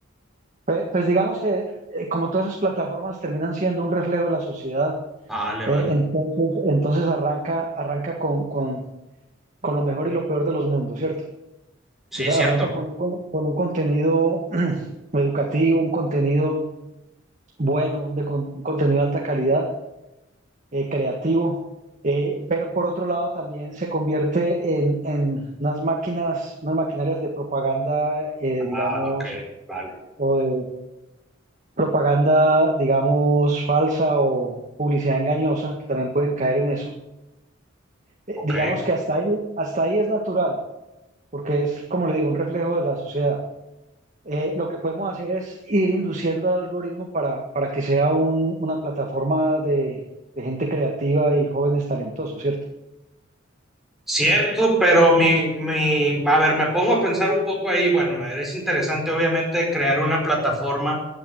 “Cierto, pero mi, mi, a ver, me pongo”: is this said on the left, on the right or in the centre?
Centre